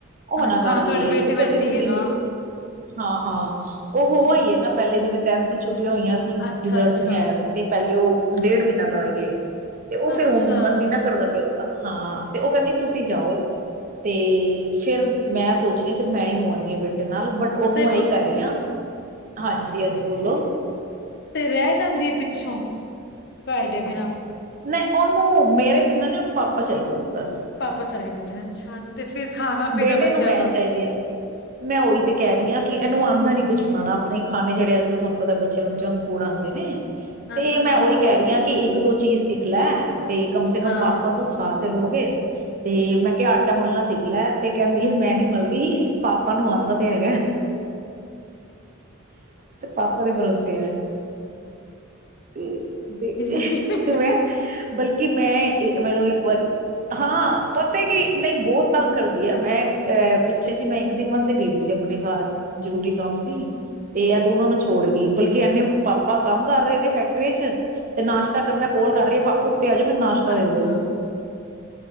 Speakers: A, on the right; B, on the left.
A: ਉਹ ਮਨਾ
B: ਅੱਛਾ
A: ਕਰ
B: ਹਾਂ
A: ਰਹੀ।
B: ਤੁਹਾਡੀ ਬੇਟੀ
A: ਉਹ ਕਹਿੰਦੇ
B: ਵੱਡੀ
A: ਤੁਸੀਂ
B: ਹੈ ਨਾ
A: ਹੋ। ਹਾਂ ਹਾਂ। ਉਹ ਹੋ
B: ਹਮ
A: ਆਈ ਏ ਨਾ ਪਹਿਲੇ, ਜਿਵੇਂ ਟੈਨਥ ਦੀ ਛੁੱਟੀਆਂ ਹੋਈਆਂ ਸੀ।
B: ਅੱਛਾ
A: ਰਿਜ਼ਲਟ
B: ਅੱਛਾ
A: ਨੀ ਆਇਆ ਸੀ। ਤੇ ਪਹਿਲੇ ਉਹ ਡੇਢ ਮੀਨਾ ਲਾ ਆਈ ਏ। ਤੇ ਉਹ ਫੇਰ
B: ਅੱਛਾ
A: ਹੁਣ ਮੰਨ ਨੀ ਨਾ ਕਰਦਾ ਪਿਆ ਓਦਾ। ਹਾਂ ਤੇ ਉਹ ਕੈਂਦੀ ਤੁਸੀਂ ਜਾਓ, ਤੇ ਫੇਰ ਮੈਂ ਸੋਚ ਰੀ ਆਂ ਚਲ ਮੈਂ ਹੀ ਹੋ ਆਨੀ ਆਂ ਬੇਟੇ ਨਾਲ। ਬਟ ਉਹਨੂੰ
B: ਤੇ
A: ਐ ਈ ਕਹਿ ਰੀ ਆਂ। ਹਾਂਜੀ ਹਾਂਜੀ, ਬੋਲੋ।
B: ਤੇ ਰਹਿ ਜਾਂਦੀ ਐ ਪਿੱਛੋਂ, ਤੁਆਡੇ ਬਿਨਾਂ?
A: ਨਹੀਂ ਓਹਨੂੰ ਮੇਰੇ ਬਿਨਾਂ ਨੀ, ਓਹਨੂੰ ਪਾਪਾ ਚਾਈਦੇ ਨੇ ਬਸ।
B: ਪਾਪਾ ਚਾਈਦੇ ਨੇ, ਅੱਛਾ। ਤੇ ਫਿਰ ਖਾਣਾ ਪੀਣਾ
A: ਬੇਟੇ
B: ਬੱਚਿਆਂ
A: ਨੂੰ ਮੈਂ
B: ਦਾ
A: ਚਾਈਦੀ ਆਂ। ਮੈਂ ਉਈ ਤੇ ਕਹਿ ਰਹੀ ਆਂ ਕਿ ਇਹਨੂੰ ਆਂਦਾ
B: ਹਾਂ
A: ਨੀ ਕੁੱਛ ਬਣਾਣਾ ਨਹੀਂ ਖਾਣੇ ਜਿਹੜੇ ਅੱਜ ਕੱਲ੍ਹ ਤੁਆਨੂੰ ਪਤਾ ਬੱਚਿਆਂ ਨੂੰ ਜੰਕ ਫੂਡ ਆਂਦੇ ਨੇ। ਤੇ
B: ਅੱਛਾ
A: ਮੈਂ
B: ਅੱਛਾ
A: ਉਈ ਕਹਿ ਰਹੀ ਆਂ। ਕਿ ਇੱਕ ਦੋ ਚੀਜ਼ ਸਿੱਖ ਲੈ। ਤੇ ਕਮ, ਸੇ ਕਮ
B: ਹਾਂ
A: ਪਾਪਾ ਤੂੰ ਖਾ ਤੇ ਲਓ ਗੇ। ਤੇ ਮੈ ਕਿਹਾ ਆਟਾ ਮਲਣਾ ਸਿੱਖ ਲੈ। ਤੇ ਕਹਿੰਦੀ ਆ ਮੈਂ ਨੀ ਮਲਦੀ ਪਾਪਾ ਨੂੰ ਆਉਂਦਾ ਤੇ ਹੈਗਾ। ਤੇ ਪਾਪਾ ਦੇ ਭਰੋਸੇ ਆਏ। ਤੇ ਦੇਖ
B: ਠੀਕ ਹੈ
A: ਮੈਂ। ਬਲਕਿ ਮੈਂ। ਮੈਨੂੰ ਇੱਕ ਵਾਰੀ ਹਾਂ। ਪਤਾ ਕਿ ਨਹੀਂ ਬਹੁਤ ਤੰਗ ਕਰਦੀ ਹੈ। ਮੈਂ ਅਹ ਪਿੱਛੇ ਜ ਮੈਂ ਇੱਕ ਦਿਨ ਵਾਸਤੇ ਗਈਦੀ ਸੀ। ਆਪਣੇ ਘਰ ਜਰੂਰੀ ਕੰਮ ਸੀ। ਤੇ ਇਹ ਦੋਨਾਂ ਨੂੰ ਛੋੜ ਗਈ। ਬਲਕਿ ਇਹਨੇ ਪਾਪਾ ਕੰਮ ਕਰ ਰਹੇ ਨੇ ਫੈਕਟਰੀ ਚ। ਤੇ ਨਾਸ਼ਤਾ ਕਰਨ ਮੈਂ ਕੋਲ ਕਰ ਰਹੀ ਹੈ। ਪਾਪਾ ਉੱਤੇ ਆ ਜਾਓ ਮੈ ਨਾਸ਼
B: ਅੱਛਾ
A: <unintelligible> ੋ